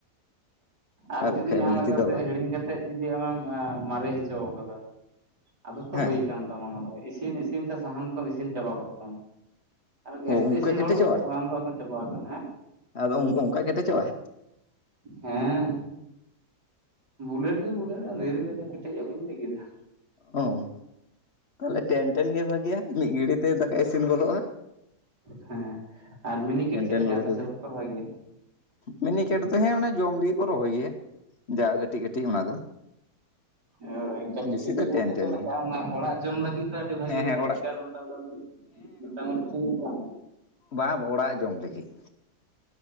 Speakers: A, on the right; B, on the left.
A: ᱟᱨ ᱡᱩᱫᱤ
B: ᱵᱟᱠᱷᱟᱡ
A: ᱡᱟᱦᱟᱸ
B: ᱮᱢᱱᱤ
A: ᱞᱮᱠᱟ
B: ᱛᱮᱫᱚ
A: ᱠᱟᱛᱮᱜ
B: ᱵᱟᱝ
A: ᱦᱤᱲᱤᱧ ᱠᱟᱛᱮ ᱡᱩᱫᱤᱢ ᱢᱟᱨᱮ ᱦᱚᱪᱚ ᱦᱚᱪᱚ ᱟᱠᱟᱫᱟ ᱟᱫᱚ ᱛᱚ
B: ᱦᱮᱸ
A: ᱦᱩᱭ
B: ᱦᱮᱸ
A: ᱠᱟᱱ ᱛᱟᱼᱼ ᱚᱱᱟ ᱫᱚ ᱤᱥᱤᱱ ᱤᱥᱤᱱ ᱛᱮ ᱥᱟᱦᱟᱱ ᱠᱚᱢ ᱤᱥᱤᱱ ᱪᱟᱵᱟ ᱠᱚᱜ ᱛᱟᱢᱟ। ᱟᱨ ᱜᱮᱥ
B: ᱚ ᱚᱱᱠᱟ
A: ᱛᱮ ᱤᱥᱤᱱ
B: ᱠᱮᱴᱮᱡᱚᱜᱼᱟ
A: ᱦᱚᱲ ᱫᱚ ᱟᱢ ᱫᱚ ᱟᱫᱚᱢ ᱪᱟᱵᱟ ᱟᱠᱟᱱᱟ᱾ ᱦᱮᱸ
B: ᱟᱫᱚ ᱚᱝ ᱚᱝᱠᱟ ᱠᱮᱴᱮᱪᱚᱜ-ᱟ?
A: ᱦᱮᱸ, ᱵᱩᱞᱮᱴ ᱜᱮ ᱵᱩᱞᱮᱴ, ᱟᱨ ᱫᱷᱤᱨᱤ ᱞᱮᱠᱟ ᱠᱮᱴᱮᱡ-ᱟ ᱵᱟᱹᱧ ᱞᱟᱭ ᱠᱮᱫᱟ᱾
B: ᱦᱩᱸ, ᱛᱟᱦᱞᱮ ᱴᱮᱱ ᱴᱮᱱ ᱜᱮ ᱵᱷᱟᱜᱤᱭᱟ ᱢᱤᱫ ᱜᱷᱟᱲᱤᱡ ᱛᱮ ᱫᱟᱠᱟ ᱤᱥᱤᱱ ᱜᱚᱫᱚᱜ-ᱟ᱾
A: ᱦᱮᱸ ᱟᱨ ᱢᱤᱱᱤᱠᱮᱴ
B: ᱴᱮᱱ
A: ᱪᱮᱫ
B: ᱴᱮᱱ
A: ᱞᱮᱠᱟ
B: ᱦᱩᱲᱩ
A: ᱟᱯᱮ
B: ᱠᱚᱜᱮ
A: ᱥᱮᱫ ᱵᱟᱠᱚ ᱨᱚᱦᱚᱭ ᱜᱮᱭᱟ?
B: ᱢᱤᱱᱤᱠᱮᱴ ᱫᱚ ᱦᱮᱸ ᱚᱱᱟ ᱡᱚᱢ ᱞᱟᱹᱜᱤᱫ ᱠᱚ ᱨᱚᱦᱚᱭ ᱜᱮᱭᱟ ᱡᱟ ᱠᱟᱹᱴᱤᱡ ᱠᱟᱹᱴᱤᱡ ᱚᱱᱟ ᱫᱚ᱾
A: ᱦᱳᱭ, ᱠᱟᱹᱴᱤᱡ
B: ᱵᱮᱥᱤ
A: ᱠᱟᱹᱴᱤᱡ
B: ᱫᱚ
A: ᱵᱚᱞᱛᱮ
B: ᱴᱮᱱ ᱴᱮᱱ
A: ᱪᱮᱫ ᱞᱮᱠᱟ
B: ᱜᱮ
A: ᱚᱱᱟ ᱚᱲᱟᱜ ᱡᱚᱢ ᱞᱟᱹᱜᱤᱫ ᱫᱚ ᱟᱹᱰᱤ ᱵᱷᱟᱜᱤ
B: ᱦᱮᱸ ᱦᱮᱸ
A: ᱯᱚᱨᱤᱥᱠᱟᱨ
B: ᱚᱲᱟᱜ
A: ᱢᱮᱛᱟᱢ ᱠᱟᱱ ᱫᱩᱧ। ᱢᱚᱴᱟᱢᱩᱴᱤ ᱪᱷᱤᱢ ᱪᱷᱟᱢ᱾
B: ᱵᱟ ᱵᱚ ᱚᱲᱟᱜ ᱡᱚᱢ ᱞᱟᱹᱜᱤᱫ᱾